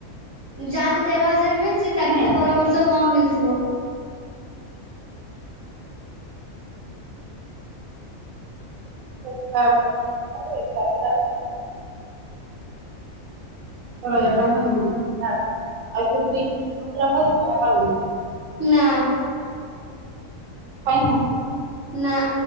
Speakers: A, on the right; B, on the right.
A: ଯାକୁ ତେର ହଜାର ମି ତାକୁ
B: ନୁହେଁ
A: ତା ପର ବର୍ଷ କମ ମିଳିଥିବ।
B: ବେକାର କଥା ତାପରେ ବେକାର ହେଲା <unintelligible>
A: ନା।
B: ପାଇନୁ?
A: ନା।